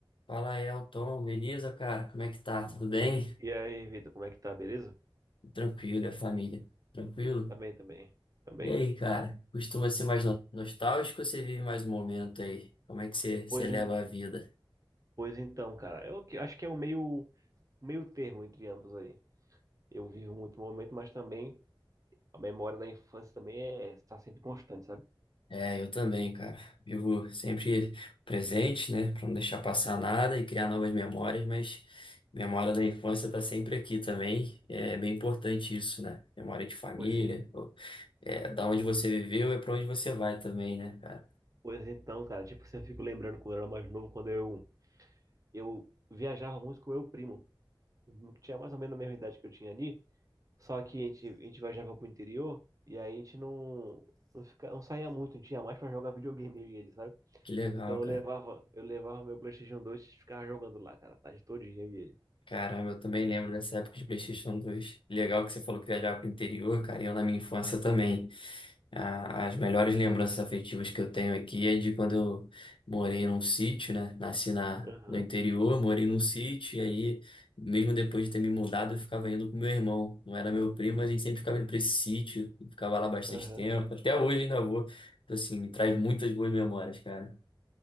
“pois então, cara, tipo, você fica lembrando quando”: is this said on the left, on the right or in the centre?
Right